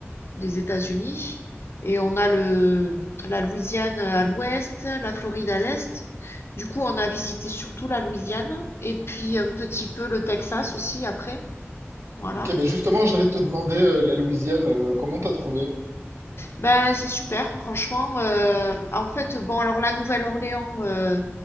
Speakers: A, on the left; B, on the right.
A: des États-Unis, et on a le, la Louisiane euh, à l'ouest, la Floride à l'est. Du coup, on a visité surtout la Louisiane, et puis un petit peu le Texas aussi après. Voilà.
B: Ok, ben justement, j'allais te demander euh, la Louisiane, euh, comment t'as trouvé?
A: Ben c'est super, franchement. euh, en fait, bon, alors la Nouvelle-Orléans, euh,